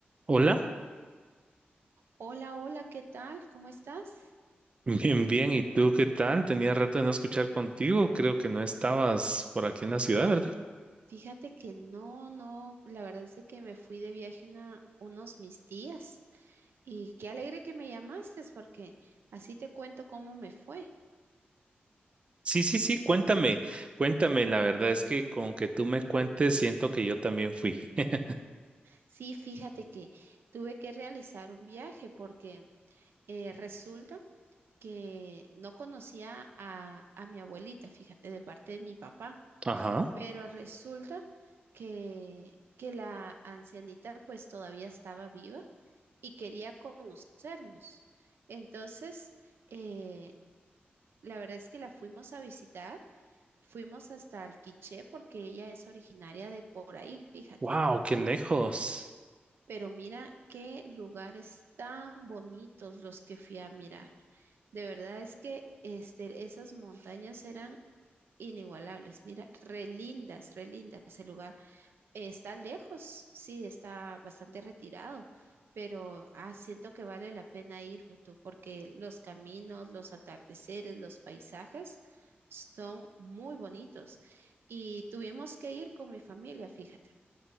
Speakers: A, on the right; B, on the right.
A: Hola,
B: Hola, hola, ¿qué tal? ¿Cómo estás?
A: <laughs> bien, bien. ¿Y tú qué tal? Tenía rato de no escuchar contigo. Creo que no estabas por aquí en la ciudad, ¿verdad?
B: Fíjate que no, no, la verdad es de que me fui de viaje una, unos mis días y qué alegre que me llamaste porque así te cuento cómo me fue.
A: Sí, sí, sí. Cuéntame, cuéntame. La verdad es que con que tú me cuentes, siento que yo también fui. <laughs>
B: Sí, fíjate que tuve que realizar un viaje porque eh, resulta que no conocía a, a mi abuelita, fíjate, de parte de mi papá.
A: Ajá.
B: pero resulta que, que la ancianita pues todavía estaba viva y quería conocernos. Entonces, eh, la verdad es que la fuimos a visitar, fuimos hasta Alquiché porque ella es originaria de por ahí, fíjate.
A: Wow, qué lejos.
B: Pero mira qué lugares tan bonitos los que fui a mirar. De verdad es que este, esas montañas eran inigualables. Mira, re lindas, re lindas el lugar. Está lejos, sí, está bastante retirado, pero ah, siento que vale la pena ir tú, porque los caminos, los atardeceres, los paisajes son muy bonitos. Y tuvimos que ir con mi familia, fíjate.